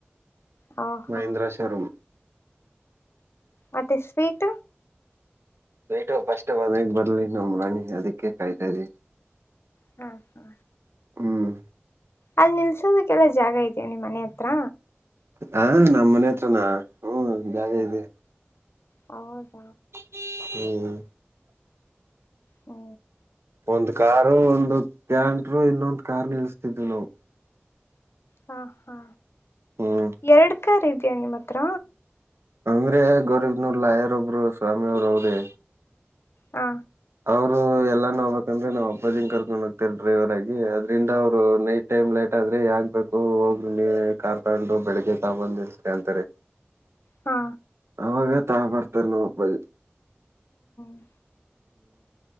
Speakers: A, on the left (about 70°); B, on the right (about 75°).
A: ಹ ಹಾ
B: ಮಹೀಂದ್ರಶರಂ
A: ಮತ್ತೆ ಸ್ವೀಟ
B: ಸ್ೀಟು ಫಸ್ಟ್ ಒಂದಗ್ ಬರ್ಲಿ ನಮ್ಮ ರಾಣಿ ಅದಕ್ಕೆ ಕಾಯ್ತಾ ಇದಿ
A: ಹ್ಮ ಹಾ
B: ಹ್ಮ್
A: ಅಲ್ ನಿಲ್ಸೋದಕ್ಕೆಲ್ಲ ಜಾಗ ಇದ ನಿ್ ಮನೆ ಹತ್ರ
B: ಹಾ ನಮ್ ಮನೆ ಹತ್ರನಾ ಹ್ಮ್ ಇದಾಗ ಇದೆ
A: ಹೌದ
B: ಹ್ಮ್
A: ಹ್ಮ
B: ಒಂದ್ ಕಾರು ಒಂದು ಕ್ಯಾಂಟರು ಇನ್ನೊಂದ ಕಾರ್ ನಿಲ್ಸ್ತಿದ್ವು ನಾವು
A: ಹಾ ಹಾ
B: ಹ್ಮ್
A: ಎರಡು ಕಾರ್ ಇದ್ಯಾ ನಿಮ್ಮ್ ಹತ್ರ
B: ಅಂಗ್ರೆ ಗೌರೀಬ್ನಲ್ಲ ಯಾರೊಬ್ರು ಸ್ವಾಮಿ ಅವರು ಅವ್ರೇ
A: ಹಾ
B: ಅವರು ಎಲ್ಲ ನೋ ಹ್ಬೇಕಂದ್ರೆ ನಾವು ಹಬ್ಬದಿಿಂದ ಕರ್ಕೊಂಡು ಹೋಗ್ತೀವಿ ಡ್ರೈವರಗಿ ಅದರಿಂದ ಅವರು ನೈಟ್ ಟೈಮ್ ಲೇಟ್ ಆದ್ರರೆ ಯಾಕಬೇಕೇಕು ಹೋಗ್ ನೀ ಕಾರ್ ತಂಡು ಬೆಳಿಗ್ಗೆ ತಾಬಂದು ನಿಲ್ ಅಂತಾರೆೀ
A: ಹಾ
B: ಅವಾಗ ತಾ ಬರ್ತಾರ ನಾ ಬ
A: ಹ